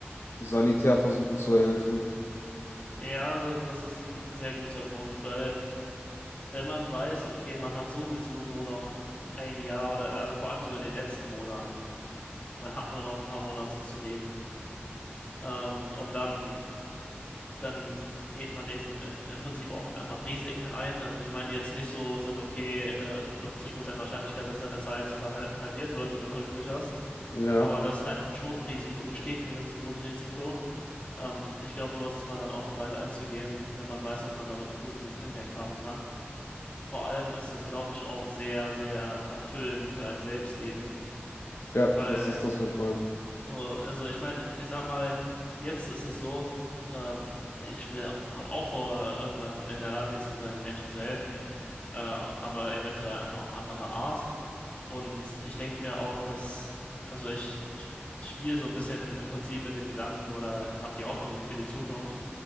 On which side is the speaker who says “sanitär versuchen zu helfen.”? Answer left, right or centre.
Left